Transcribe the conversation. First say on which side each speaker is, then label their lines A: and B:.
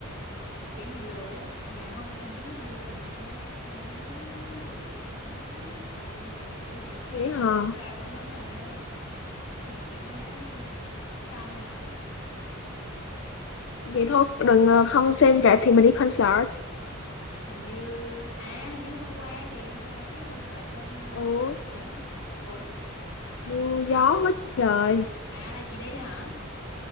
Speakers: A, on the left; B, on the left.
A: kiểu bị lừa ấy. mà không em thấy không đi là may á xong mấy đứa nó nó, nó bị nó nói scandal cái gì, cái
B: Vậy
A: lộn
B: hả?
A: rạp tùm lum mà nhạc thì hay á nhưng mà fan mệt
B: Vậy thôi, đừng ờ, không xem rạp thì mình đi concert.
A: hình như à hình như hôm qua kìa hôm qua cái concert bên ờ, <laughs>
B: Ừ,
A: Hà Nội á ủa à
B: mưa gió quá trời.
A: à là chị đi hả